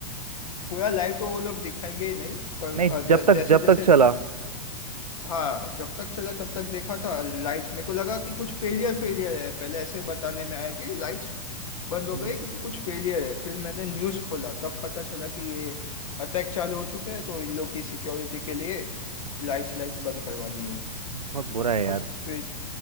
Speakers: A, on the left; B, on the right.
A: पूरा लाइव तो वो लोग दिखाएंगे ही नहीं पर
B: नहीं
A: अ, ज-
B: जब तक
A: जैसे
B: जब
A: जैसे
B: तक चला
A: हाँ जब तक चला तब तक देखा था लाइट्स मेरे को लगा कि कुछ फेलियर फेलियर है पहले ऐसे बताने में आया कि लाइट्स बंद हो
B: हम्म,
A: गई क्योंकि कुछ फेलियर है फिर मैंने न्यूज़ खोला तब पता चला कि ये अटैक चालू हो चुका है तो इन लोग की सिक्योरिटी के लिए लाइट्स लाइट्स बंद करवा दी है
B: बहुत बुरा है यार
A: और फिर